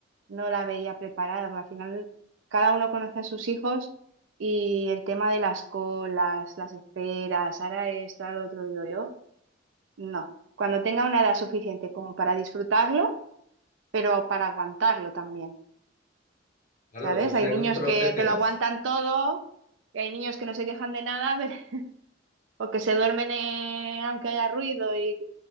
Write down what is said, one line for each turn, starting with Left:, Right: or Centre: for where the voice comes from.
Right: no la veía preparada, porque al final cada uno conoce a sus hijos y el tema de las colas, las esperas, ahora esto, ahora lo otro, digo yo, no. Cuando tenga una edad suficiente como para disfrutarlo, pero para aguantarlo también,
Left: Claro,
Right: ¿sabes?
Left: eso es
Right: Hay
Left: ser
Right: niños
Left: un trote
Right: que
Left: tenaz.
Right: te lo aguantan todo, y hay niños que no se quejan de nada, <laughs> pero o que se duermen eh, aunque haya ruido y,